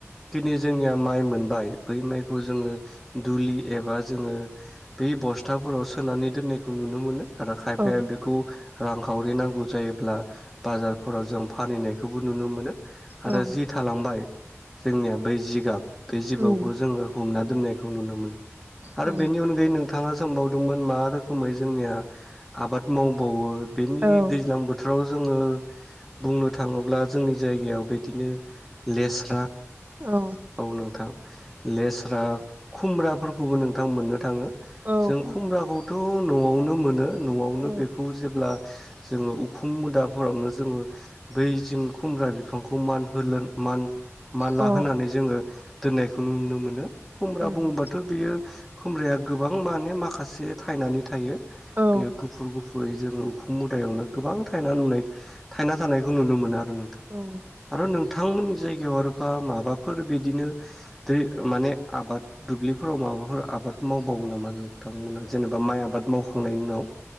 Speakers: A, in the centre; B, on the right.
A: दिनि जोंनिया माइ मोनबाय बै माइखौ जोङो दुलि एबा जोङो बे बस्थाफोराव सोनानै दोननायखौ नुनो मोनो। आरो खायफाया
B: औ
A: बेखौ रांखावरि नांगौ जायोब्ला बाजारफोराव जों फानहैनायखौबो नुनो मोनो। आरो
B: औ
A: जि थालांबाय जोंनिया बै जिगाब बे जिबावखौ
B: उम
A: जोङो हमनानै दोनै नुनो मोनो। आरो
B: औ
A: बेनि अनगायैनो थाङा सोंबावदोंमोन मा रोखोमै जोंनिया आबाद मावबाववो बेनि
B: औ
A: दैज्लां बोथो राव जोङो बुंनो थाङोब्ला जोंनि जायगायाव बिदिनो लेस्रा
B: औ।
A: औ नोंथां लेस्रा खुमब्राफोरखौबो नोंथां मोननो थाङो।
B: औ
A: जों
B: होनबा
A: खुमब्राखौथ। खौ नआवनो मोनो। नआवनो
B: औ
A: बेखौ जेब्ला जोङो उखुम मुदाफोरावनो जोङो बै जों खुमब्रा बिफांखौ मान होलोन मान मानला
B: औ
A: होनानै ओ दोननायखौ नुनो मोनो। खुमब्रा
B: उम
A: बुङोबाथ बियो खुमब्राया गोबां माने माखासे थायनानै थायो।
B: औ
A: बेयो गुफुर गु फुरै जोङो उखुम मुदायावनो गोबां थायना नुनाय थायना थानायखौ नुनो मोना नोंथां
B: औ
A: आरो नों थांमोननि जायगायाव आरोफा माबा फोर बिदिनो दै माने आबाद दुब्लिफोराव माबाफोर आबाद मावबावो नामा नोंथांमोना जेनेबा माइ आबाद मावखांनायनि उनाव?